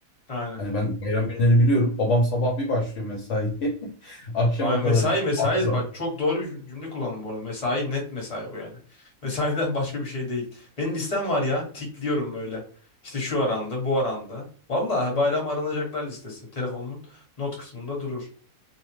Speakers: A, on the left; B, on the left.
A: Aynen.
B: Hani ben bayram günlerini biliyorum. Babam sabah bir başlıyor mesaiye. <laughs> Akşama
A: Ay,
B: kadar
A: mesai
B: işte.
A: mesai
B: aktarım.
A: bak çok doğru bir cüm- cümle kullandım bu arada. Mesai net mesai bu yani. <laughs> Mesaiden başka bir şey değil. Benim listem var ya tikliyorum böyle. İşte şu aranda bu aranda. Vallahi bayram aranacaklar listesi. Telefonumun not kısmında durur.